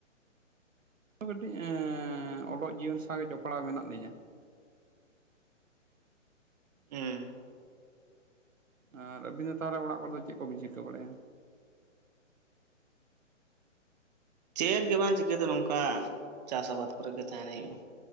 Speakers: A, on the right; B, on the right.
A: ᱠᱟᱹᱴᱤᱡ ᱚᱞᱚᱜ ᱡᱤᱭᱚᱱ ᱥᱟᱶᱜᱮ ᱡᱚᱯᱲᱟᱣ ᱢᱮᱱᱟᱜ ᱞᱤᱧᱟᱹ
B: ᱦᱩᱸ
A: ᱟᱨ ᱟᱹᱵᱤᱱ ᱫᱚ ᱛᱟᱦᱚᱞᱮ ᱚᱲᱟᱜ ᱠᱚᱫᱚ ᱪᱮᱫ ᱠᱚᱵᱤᱱ ᱪᱤᱠᱟᱹ ᱵᱟᱲᱟᱭᱟ
B: ᱪᱮᱫ ᱜᱮ ᱵᱟᱝ ᱪᱤᱠᱟᱹ ᱫᱚ ᱱᱚᱝᱠᱟ ᱪᱟᱥ ᱟᱵᱟᱫᱽ ᱠᱚᱨᱮ ᱜᱮ ᱛᱟᱦᱮᱱ ᱦᱩᱭᱩᱜ-ᱟ